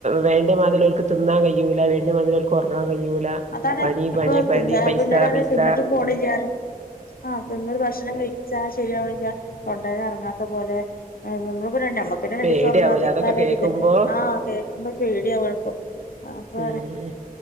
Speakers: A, on the right (about 50°); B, on the left (about 75°).
A: വേ ഇമ്മാതിരി ഉള്ളവർക്ക് തിന്നാ കഴൂല്ല എന്നെ മതിലക്ക് കൊർങ്ങാൻ കഴിയില്ല
B: അതാണ്
A: പണി
B: അപ്പൊ
A: പണി പണി
B: തിന്ന
A: പൈസ
B: പിന്നീട് പറയും
A: പൈസ
B: തിന്നിട്ടും പോണില്ല പറയും ആ അപ്പൊ ഇ ഭക്ഷണം കഴിച്ചാ ശരിയാവുന്നില്ല തൊണ്ടേന്നറങ്ങാത്ത പോലെ മ്മള് അ നമ്മുക്കന്നെ രണ്ടീസം
A: പേടിയാവൂലെ
B: ഉറങ്ങാത്തിരുന്നാലൊര്തല്ലേ
A: അതൊക്കെ കേക്കുമ്പോ
B: ആഹ് കേൾക്കുമ്പോ പേടിയാവാണ്പ്പ അപ്പൊ
A: ഉം